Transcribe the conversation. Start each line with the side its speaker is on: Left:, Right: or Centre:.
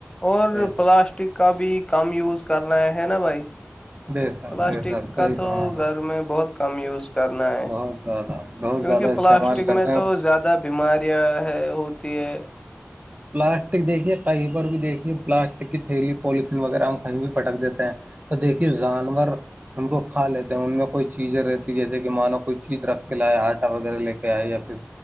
Left: اور
Right: بے
Left: پلاسٹک
Right: شک
Left: کا بھی کم یوز کرنا ہے ہے نا بھائی
Right: بے شک
Left: پلاسٹک
Right: بے شک
Left: کا
Right: صحیح
Left: تو
Right: فرمایا
Left: گھر
Right: آپ نے
Left: میں بہت کم یوز کرنا ہے
Right: بہت زیادہ بہت
Left: کیونکہ
Right: زیادہ
Left: پلاسٹک
Right: استعمال کرتے
Left: میں تو
Right: ہیں
Left: زیادہ بیماریاں ہے ہوتی ہے
Right: پلاسٹک دیکھیے کہیں پر بھی دیکھیے پلاسٹک کی تھیلی پولیتن وغیرہ ہم کہیں بھی پٹک دیتے ہیں تو دیکھیے جانور ان کو کھا لیتے ہیں ان میں کوئی چیزیں رہتی جیسے کہ مانو کوئی چیز رکھ کے لایا آٹا وغیرہ لے کے آئے یا پھر